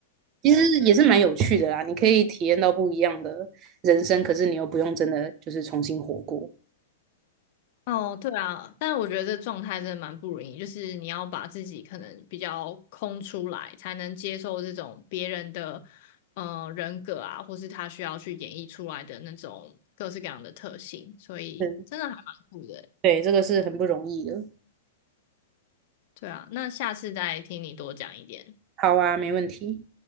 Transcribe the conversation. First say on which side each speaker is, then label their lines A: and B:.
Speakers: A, on the right; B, on the left.
A: 其实也是蛮有趣的啦。你可以体验到不一样的人生，可是你又不用真的就是重新活过。
B: 哦，对啊，但我觉得这状态真的蛮不容易，就是你要把自己可能比较空出来，才能接受这种别人的呃人格啊，或是他需要去演绎出来的那种各式各样的特性，所以真的还蛮酷的欸。
A: 嗯，对，这个是很不容易的。
B: 对啊，那下次再听你多讲一点。
A: 好啊，没问题。